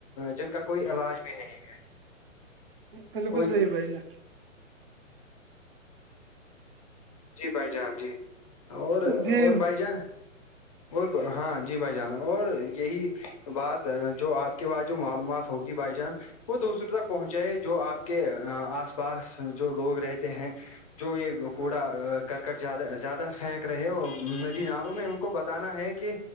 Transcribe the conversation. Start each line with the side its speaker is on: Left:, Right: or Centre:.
Left: جن کا کوئی علاج بھی نہیں ہے
Right: بالکل
Left: کوئی
Right: صحی بھائی ج
Left: جی بھائی جان جی اور
Right: جی
Left: اور بھائی جان اور ہاں جی بھائی جان اور یہی بات جو آپ کے پاس جو معلومات ہوگی بائی جان وہ دوسروں تک پہنچائے جو آپ کے آس پاس جو لوگ رہتے ہیں جو یہ کرکٹیاد زیادہ پھینک رہے ہیں اور ندی نلوم میں ان کو بتانا ہے کہ